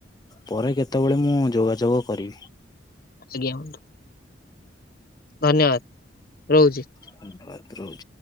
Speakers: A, on the left (about 20°); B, on the left (about 50°).
A: ପରେ କେତେବେଳେ ମୁଁ ଯୋଗାଯୋଗ କରିବି।
B: ଆଜ୍ଞା ବନ୍ଧୁ। ଧନ୍ୟବାଦ ରହୁଛି।
A: ଧନ୍ୟବାଦ ରହୁଛି।